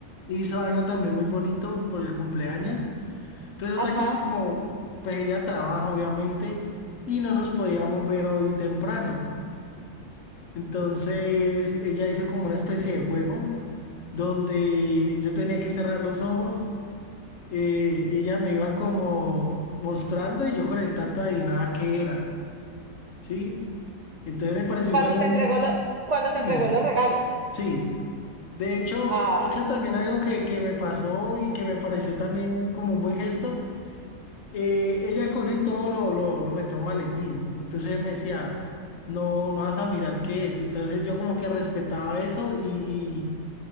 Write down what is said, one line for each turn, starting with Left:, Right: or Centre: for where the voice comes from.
Left: hizo algo también muy bonito por el cumpleaños. Resulta
Right: Ajá,
Left: que como pues ella trabaja, obviamente, y no nos podíamos ver hoy temprano. Entonces, ella hizo como una especie de juego donde yo tenía que cerrar los ojos eh, y ella me iba como mostrando y yo con el tacto adivinaba qué era, ¿sí? Entonces me pareció
Right: cuando
Left: un juego
Right: te entregó
Left: muy...
Right: lo, cuando te
Left: Sí,
Right: entregó los regalos.
Left: sí. De hecho,
Right: Ay,
Left: de hecho también
Right: sí.
Left: algo que, que me pasó y que me pareció también como un buen gesto, eh, ella cogió y todo lo, lo, lo metió en un maletín. Entonces ella me decía, no, no vas a mirar qué es. Entonces yo como que respetaba eso y,